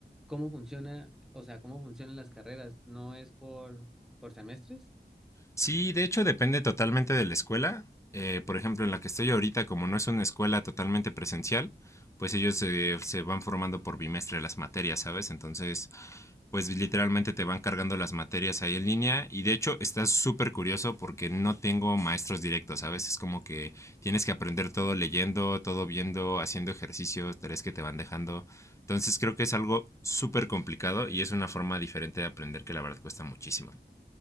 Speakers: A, in the centre; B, on the left.
A: ¿Cómo funciona? O sea, ¿cómo funcionan las carreras? ¿No es por, por semestres?
B: Sí, de hecho depende totalmente de la escuela. Eh, por ejemplo, en la que estoy ahorita, como no es una escuela totalmente presencial, pues ellos eh, se van formando por bimestre las materias, ¿sabes? Entonces, pues literalmente te van cargando las materias ahí en línea y de hecho está súper curioso porque no tengo maestros directos, ¿sabes? Es como que tienes que aprender todo leyendo, todo viendo, haciendo ejercicios, tareas que te van dejando. Entonces creo que es algo súper complicado y es una forma diferente de aprender que la verdad cuesta muchísimo.